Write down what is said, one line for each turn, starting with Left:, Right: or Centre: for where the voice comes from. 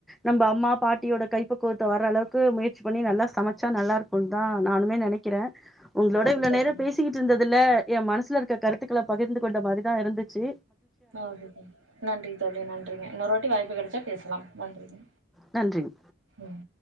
Centre: நம்ப அம்மா அப் பாட்டியோட கைப்பக்குவத்த வர அளவுக்கு முயற்ச் பண்ணி நல்லா சமச்சா நல்லாருக்குன் தா நானுமே நெனைக்கிறே உங்ளோட
Right: கண்டிப்பா
Centre: இவ்ளோ நேரோ
Right: தோழி
Centre: பேசிகிட்ருந்தத் தில்ல எ மனசுல இருக்க கருத்துக்கள பகிர்ந்து கொண்ட மாதிர் தாஇருந்துச்சு
Right: ஓக்கே தேங்க்யூ நன்றி தோழி நன்றிங்க இன்னொர் வாட்டி வாய்ப்பு கெடச்சா பேசலாம் நன்றிங்க
Centre: நன்றிங்
Right: ம்